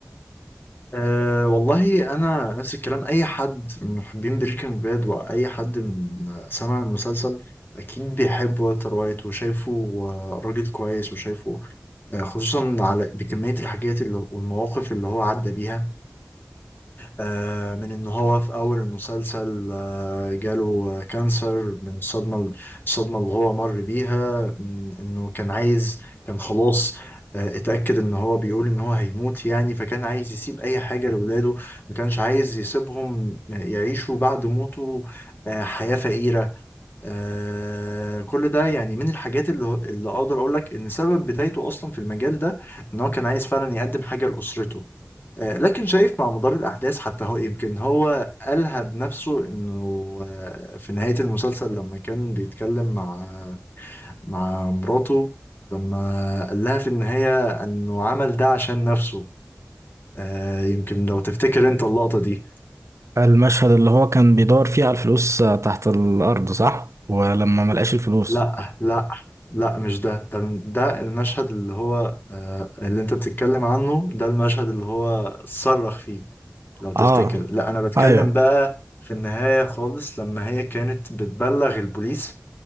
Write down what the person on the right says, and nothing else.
المشهد اللي هو كان بيدور فيه على الفلوس آه، تحت الارض صح ولما ملقاش الفلوس
اه
ايوه